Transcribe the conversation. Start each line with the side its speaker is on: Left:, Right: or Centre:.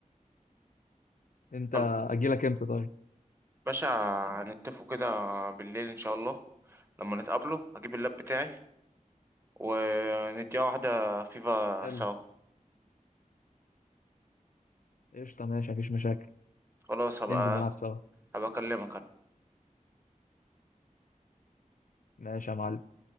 Left: انت
Right: خل-
Left: اجي لك امتى طيب
Right: باشا هنتفقوا كده بالليل ان شاء الله لما نتقابله هجيب اللاب بتاعي ونديها واحده فيفا
Left: حلو
Right: سوا
Left: قشطه ماشي مفيش مشاكل
Right: خلاص هبقى
Left: ننزل نلعب سوا
Right: هبقى اكلمك انا
Left: ماشي يا معلم